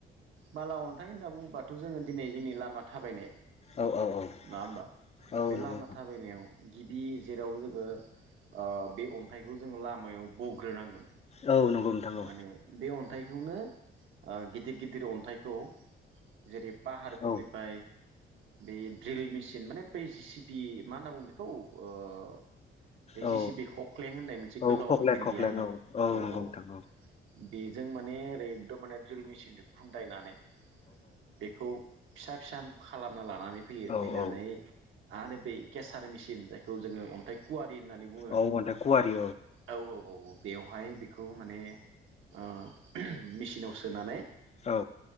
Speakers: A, on the right; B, on the left.
A: बाला अन्थाइ होनना बुङोबाथ जोङो दिनै जोंनि लामा थाबायनाय नङा
B: औ औ औ
A: होमबा?
B: औ
A: बे
B: नंगौ
A: लामा
B: नोंथां
A: थाबायनायाव गिबि जेराव जोङो ओ बे अन्थाइखौ जों लामायाव बग्रोनांगोन
B: औ नंगौ नोंथां औ
A: माने बे अन थायखौनो ओ गिदिर गिदिर अन्थाइखौ जेरै पाहारफोरनिफ्राय
B: औ
A: बे द्रिल मेचिन माने बै जिसिपि मा होन्ना बुंङो बेखौ बे
B: औ
A: जेसि बे हख्लें होननाय मोनसे
B: औ
A: गोलाव
B: खख्लें
A: गिदिर
B: खख्लें
A: गैया होमबा? औ औ
B: नंगौ नोंथां
A: औ बेज जों माने ओरैखदम माने र्दिल मेसिनजों खुन्दायनानै बेखौ फिसा फिसा खालाम लानानै फैयो
B: औ
A: फैनानै
B: औ
A: आरो बे केसार मेसिन जायखौ जोङो अन्थाइ खुवाट दे होननानै बुङो
B: औ अन्थाइ खुवारि
A: औ औ औ औ बेवहाय बेखौ माने ओ मेसिनाव सोनानै
B: औ